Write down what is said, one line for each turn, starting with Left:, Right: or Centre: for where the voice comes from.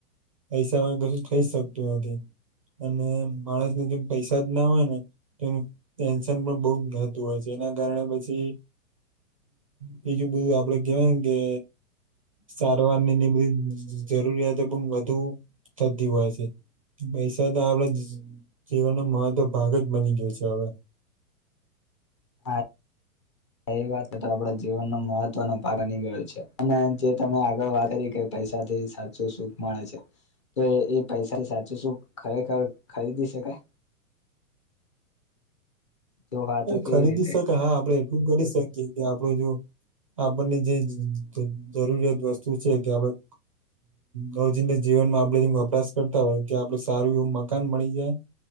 Right: પૈસામાં વગર કશું થઈ જ શકતું નથી, અને માણસને જેમ પૈસા ના હોય ને, તો તેનું ટેન્શન પણ બહ થતું હોય છે એના કારણે પછી બીજું બધું આપડે કેવાય કે સારવાર નીની બધી જરૂરિયાતો પણ વધુ થતી હોય છે. પૈસા તો આપડ જીવનનો મહત્વ ભાગ જ બની ગયો છે હવે.
Left: હા. એ વાત તો આપડા જીવનનો મહત્વનો ભાગ બની ગયો છે અને જે તમે આગળ વાત કરી કે પૈસાથી સાચું સુખ મળે છે, તો એ એ પૈસા તો સુખ ખરેખર ખરીદી શકાય. જો હા તો કેવી
Right: ખરીદી
Left: રીતે
Right: શકે હા આપડે એટલું કરી શકીએ કે આપડ જો આપણને જે જરૂરિયાત વસ્તુ છે કે આપડ રોજિંદા જીવનમાં આપડે જેમ વપરાશ કરતા હોય કે આપડે સારું એવું મકાન મળી જાય.